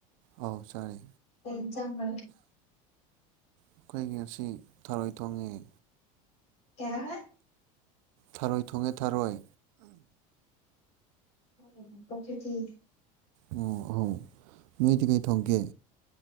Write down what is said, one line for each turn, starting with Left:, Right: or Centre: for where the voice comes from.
Right: ꯑꯧ ꯆꯥꯔꯦ
Left: ꯀꯩ ꯏꯟꯖꯥꯡꯅꯣ
Right: ꯑꯩꯈꯣꯏꯒꯤ ꯉꯁꯤ ꯊꯔꯣꯏ ꯊꯣꯡꯉꯦ
Left: ꯀꯩꯅꫭꯝꯃ
Right: ꯊꯔꯣꯏ ꯊꯣꯡꯉꯦ ꯊꯔꯣꯏ
Left: ꯑꯟꯏꯟꯇꯦꯜꯂꯤꯖꯦꯕꯜ
Right: ꯑꯣ ꯑꯧ ꯅꯣꯏꯗꯤ ꯀꯩ ꯊꯣꯡꯒꯦ